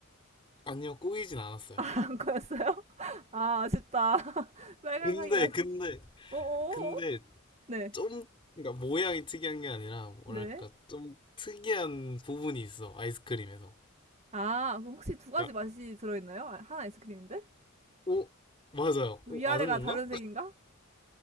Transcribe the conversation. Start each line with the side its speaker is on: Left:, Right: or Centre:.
Left: 아니요, 꼬이진 않았어요.
Right: <laughs> 안 꼬였어요? <laughs> 아, 아쉽다. <laughs> 빨간색이라서.
Left: 근데, 근데,
Right: 어어어?
Left: 근데,
Right: 네,
Left: 좀, 그러니까 모양이 특이한 게 아니라, 뭐랄까,
Right: 네.
Left: 좀 특이한 부분이 있어, 아이스크림에서.
Right: 아, 그럼 혹시 두 가지
Left: 야,
Right: 맛이 들어있나요? 아, 한 아이스크림인데?
Left: 오, 맞아요.
Right: 뭐
Left: 오,
Right: 위아래가
Left: 아는 건가?
Right: 다른 색인가?